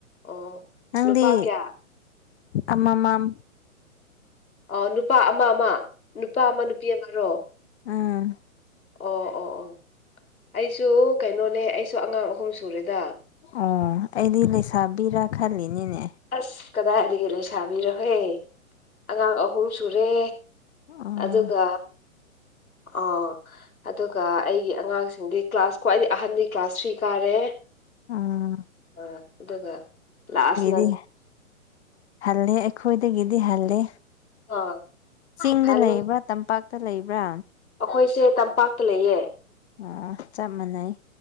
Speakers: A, on the left (about 80°); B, on the left (about 50°).
A: ꯑꯣ
B: ꯅꯪꯗꯤ
A: ꯅꯨꯄꯥ ꯀꯌꯥ
B: ꯑꯃꯃꯝ
A: ꯑ ꯅꯨꯄꯥ ꯑꯃ ꯑꯃ ꯅꯨꯄꯥ ꯑꯃ ꯅꯨꯄꯤ ꯑꯃꯔꯣ
B: ꯑꯥ
A: ꯑꯣ ꯑꯣ ꯑꯣ ꯑꯩꯁꯨ ꯀꯩꯅꯣꯅꯦ ꯑꯩꯁꯨ ꯑꯉꯥꯡ ꯑꯍꯨꯝ ꯁꯨꯔꯦꯗ
B: ꯑꯣ ꯑꯩꯗꯤ ꯂꯩꯁꯥꯕꯤꯔꯥ ꯈꯜꯂꯤꯅꯦꯅꯦ
A: ꯑꯁ ꯀꯗꯥꯏꯗꯒꯤ ꯂꯣꯏꯁꯥꯕꯤꯔꯍꯦ ꯑꯉꯥꯡ ꯑꯍꯨꯝ ꯁꯨꯔꯦ
B: ꯎꯝ
A: ꯑꯗꯨꯒ ꯑ ꯑꯗꯨꯒ ꯑꯩꯒꯤ ꯑꯉꯥꯡꯁꯤꯡꯗꯤ ꯀ꯭ꯂꯥꯁ ꯈ꯭ꯋꯥꯏꯗꯒꯤ ꯑꯍꯟꯗꯤ ꯀ꯭ꯂꯥꯁ ꯊ꯭ꯔꯤ ꯀꯥꯔꯦ
B: ꯎꯝ
A: ꯑ ꯏ ꯂꯥꯁ <inaudible>
B: ꯗꯤ ꯍꯜꯂꯦ ꯑꯩꯈꯣꯏꯗꯒꯤꯗꯤ ꯍꯜꯂꯦ
A: ꯑꯥ
B: ꯆꯤꯡꯗ
A: ꯍꯜꯂꯣ
B: ꯂꯩꯕ꯭ꯔꯥ ꯇꯝꯄꯥꯛꯇ ꯂꯩꯕ꯭ꯔꯥ
A: ꯑꯩꯈꯣꯏꯁꯦ ꯇꯝꯄꯥꯛꯇ ꯂꯩꯌꯦ
B: ꯑ ꯆꯞ ꯃꯥꯟꯅꯩ